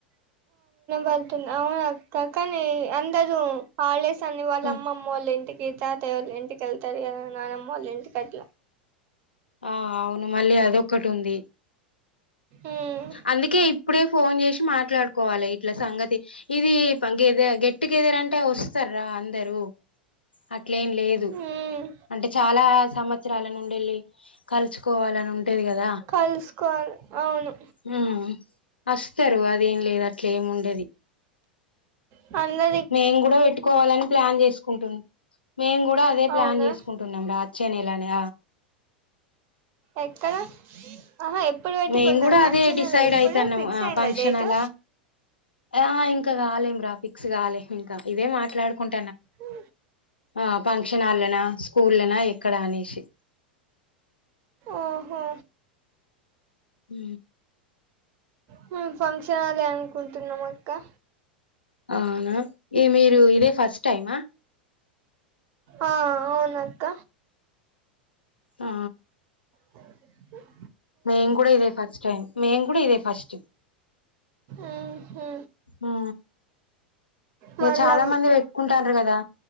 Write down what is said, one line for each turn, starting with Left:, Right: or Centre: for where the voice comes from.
Right: వెళ్తుంది అవునా కానీ అందరూ హాలిడేస్ అని వాళ్ళ
Left: ఉమ్,
Right: అమ్మ అమ్మ వాళ్ళ ఇంటికి గీతా తయ వాళ్ళ ఇంటికిళ్తారు అ నానమ్మ వాళ్ళ ఇంటి కట్ల
Left: ఆ అవును మల్లి అది ఒక్కటి వుంది
Right: మ్మ్
Left: అందుకే ఇప్పుడే ఫోను చేసి మాట్లాడుకోవాలి ఇట్ల సంగతి ఇది గెద గెట్ టు గెదర్ అంటే వస్తారా అందరుూ అట్లేం లేదు
Right: మ్మ్
Left: అంటే చాలా సంవత్సరాల నుండిళ్ళి కలుసుకోవాలని ఉంటేది కదా
Right: కలుసుకోవాలి అవును
Left: హ వస్తారు అదేం లేదు అట్ల ఏముండేది
Right: అ
Left: మేము కూడా పెట్టుకోవాలని ప్లాన్ చేసుకుంటుం మేము కూడా అదే ప్లాన్
Right: అవునా
Left: చేసుకుంటున్నాం రా అచ్చేనే ఇలానే
Right: ఎక్కడ ఆహా ఎప్పుడు పెట్టుకుందాం
Left: మేము కూడా
Right: అ
Left: అదే
Right: చిన్నదా
Left: డిసైడ్
Right: ఎప్పుడు
Left: అయితున్నాం
Right: ఫిక్స్
Left: ఆ
Right: అయ్యిందా
Left: ఫంక్షన్
Right: డేటు
Left: అలా ఆ ఇంకా కాలేం రా ఫిక్స్ కాలే ఇంకా ఇదే మాట్లాడుకుంట
Right: ఊ
Left: ఆ ఫంక్షన్హాల్లోనా స్కూళ్ళనా ఎక్కడా అనేసి
Right: ఓహో
Left: ఊ
Right: మేం ఫంక్షన్హాలే అనుకుంటున్నాం అక్క
Left: అవునా ఈ మీరు ఇదే ఫస్ట్ టైమా
Right: ఆ అవునాక్క
Left: ఆ
Right: అ
Left: మేం కూడా ఇదే ఫస్ట్ టైం మేం కూడా ఇదే ఫస్ట్
Right: ఉహు
Left: ఆ
Right: మళ్ళా
Left: ఇగ చాలా మంది పెట్టుకుంటారు కదా